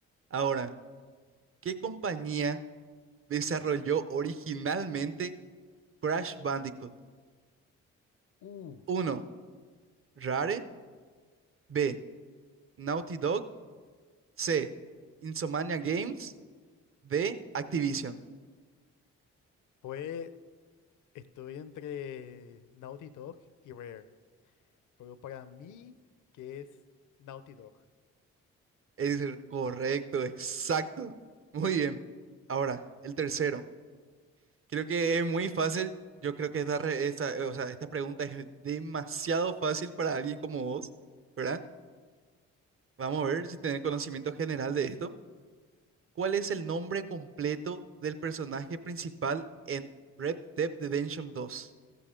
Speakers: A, on the right; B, on the left.
A: Ahora, ¿qué compañía desarrolló originalmente Crash Bandicoot?
B: Uh,
A: uno Rare. B, Naughty Dog. C, Insomnia Games. D, Activision.
B: Pues estoy entre Naughty Dog y Rare. Pero para mí, ¿qué es Naughty Dog?
A: Es el correcto, exacto. Muy bien. Ahora, el tercero. Creo que es muy fácil. Yo creo que esta, re- esta, eh, o sea, esta pregunta es demasiado fácil para alguien como vos, ¿verdad? Vamos a ver si tenés conocimiento general de esto. ¿Cuál es el nombre completo del personaje principal en Red Dead Redemption dos?